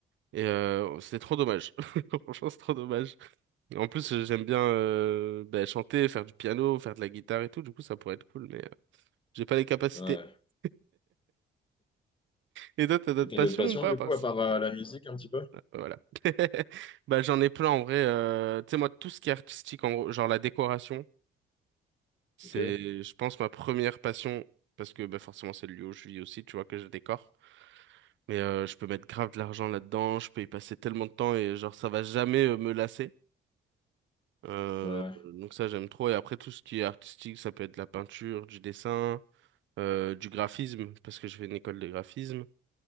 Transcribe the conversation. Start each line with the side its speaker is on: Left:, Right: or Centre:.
Right: Et euh, c'est trop dommage. <laughs> Franchement, c'est trop dommage. En plus, euh, j'aime bien euh, bah, chanter, faire du piano, faire de la guitare et tout. Du coup, ça pourrait être cool, mais euh, j'ai pas les capacités.
Left: Ouais.
Right: <laughs> Et toi, t'as d'autres
Left: Et t'as
Right: passions
Left: d'autres passions,
Right: ou pas?
Left: du
Right: Parce...
Left: coup, à part euh, la musique, un petit peu?
Right: Voilà. <laughs> Bah, j'en ai plein en vrai. euh, Tu sais, moi, tout ce qui est artistique, en gros, genre la décoration, c'est,
Left: Ok.
Right: je pense, ma première passion. Parce que bah, forcément, c'est le lieu où je vis aussi, tu vois, que je décore. Mais euh, je peux mettre grave de l'argent là-dedans, je peux y passer tellement de temps et genre, ça va jamais euh, me lasser. Euh,
Left: Ouais.
Right: donc ça, j'aime trop. Et après, tout ce qui est artistique, ça peut être de la peinture, du dessin. euh, du graphisme, parce que j'ai fait une école de graphisme.